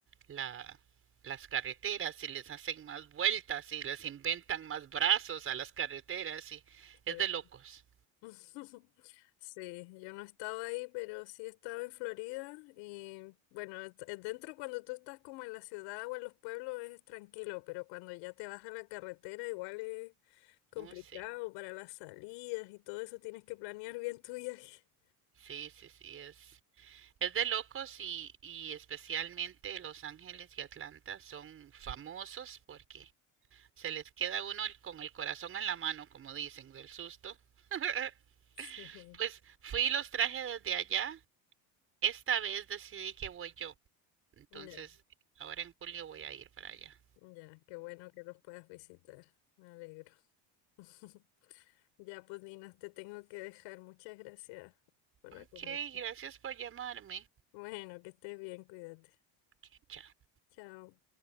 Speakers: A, on the right; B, on the left.
A: la, las carreteras y les hacen más vueltas y les inventan más brazos a las carreteras y
B: sí.
A: es de locos.
B: <laughs> Sí, yo no he estado ahí, pero sí he estado en Florida y bueno, es- es dentro cuando tú estás como en la ciudad o en los pueblos es tranquilo, pero cuando ya te vas a la carretera igual es complicado
A: Oh, sí,
B: para las salidas y todo eso, tienes que planear bien tu viaje. <laughs>
A: sí, sí, sí, es, es de locos y, y especialmente Los Ángeles y Atlanta son famosos porque se les queda uno el- con el corazón en la mano, como dicen, del susto. <laughs>
B: Sí.
A: Pues fui y los traje desde allá. Esta vez decidí que voy yo. Entonces,
B: Ya,
A: ahora en julio voy a ir para allá.
B: ya, qué bueno que los puedas visitar, me alegro. <laughs> Ya, pues Dinas, te tengo que dejar. Muchas gracias por
A: Ok,
B: la conversación.
A: gracias por llamarme.
B: Bueno, que estés bien, cuídate.
A: Ok, Chao.
B: Chao.